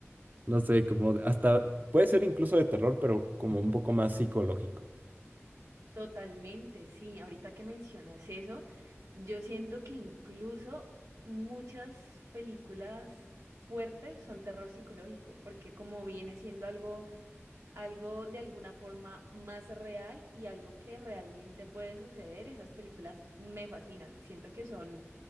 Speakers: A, on the right; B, on the right.
A: no sé, como hasta, puede ser incluso de terror, pero como un poco más psicológico.
B: Totalmente, sí. Ahorita que mencionas eso, yo siento que incluso muchas películas fuertes son terror psicológico, porque como viene siendo algo, algo de alguna forma más real y algo que realmente puede suceder, esas películas me fascinan. Siento que son,